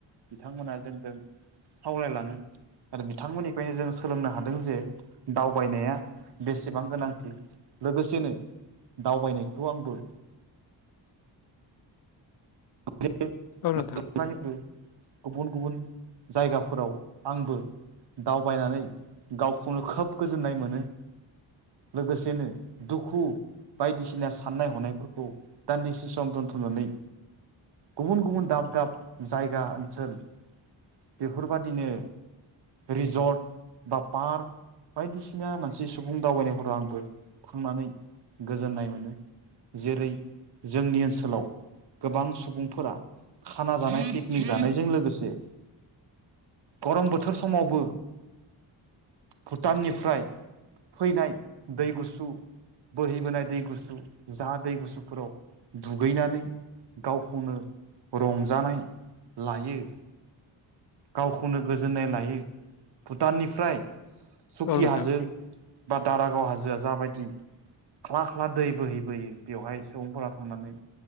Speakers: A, on the right; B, on the left.
A: बिथांमोना जोंजों सावरायलाङो आरो बिथांमोननिफ्रायनो जों सोलोंनो हादों जे दावबायनाया बेसेबां गोनांथि लोगोसेनो दावबायनायखौ आंबो <unintelligible>
B: औ नोंथां
A: गुबुन-गुबुन जायगाफोराव आंबो दावबायनानै गावखौनो खोब गोजोननाय मोनो। लोगोसेनो दुखु बायदिसिना साननाय-हनायफोरखौ दान्दिसे सम दोनथ'नानै गुबुन गुबुन दाब दाब जायगा ओनसोल बेफोरबादिनो रेजर्ट बा पार्क बायदिसिना मोनसे सुबुं दावबायनायफोराव आंबो थांनानै गोजोननाय मोनो जेरै जोंनि ओनसोलाव गोबां सुबुंफोरा खाना जानाय पिकनिक जानायजों लोगोसे गरम बोथोर समावबो भुटाननिफ्राय फैनाय दै गुसु बोहैबोनाय दै गु गुुसु जा दै गुसुफोराव दुगैनानै गावखौ नो रंजानाय लायो। गावखौनो गोजोननाय लायो। भुटाननिफ्राय सुकि
B: औ नोंथां
A: हाजो बा दारागाव हाजोआ जाबादि क्लाक ख्ला दै बोहैबोयो बेवहाय सुबुंफोरा थांनानै